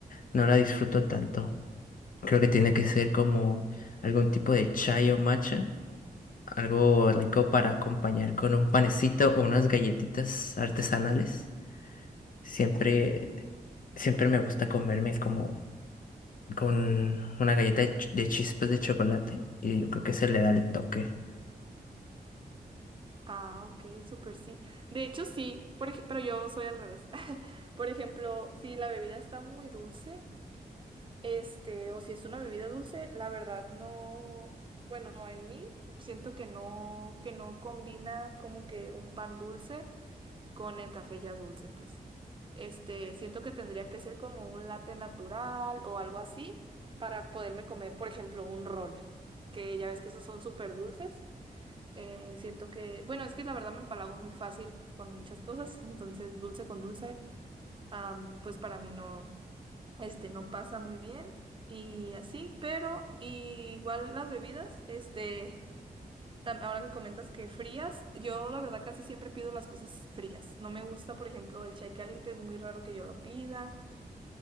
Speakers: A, on the left (about 60°); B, on the right (about 30°).
A: no la disfruto tanto. Creo que tiene que ser como algún tipo de chai o matcha, algo
B: Ajá,
A: rico para acompañar con un panecito o unas galletitas artesanales. Siempre,
B: ok.
A: siempre me gusta comerme como con una galleta de, ch- de chispas de chocolate y yo creo que se le da el toque.
B: Ah, ok, súper sí. De hecho, sí, por ej- pero yo soy al revés. <laughs> Por ejemplo, si la bebida está muy dulce. Este, o si es una bebida dulce, la verdad no, bueno, en mí siento que no, que no combina como que un pan dulce con el café ya dulce, pues. Este, siento que tendría que ser como un latte natural o algo así para poderme comer, por ejemplo, un rol, que ya ves que esos son súper dulces. Eh, siento que, bueno, es que la verdad me empalago muy fácil con muchas cosas, entonces dulce con dulce, am, pues para mí no este no pasa muy bien y así, pero igual las bebidas, este, tam- ahora que comentas que frías, yo la verdad casi siempre pido las cosas frías. No me gusta, por ejemplo, el chai caliente, es muy raro que yo lo pida.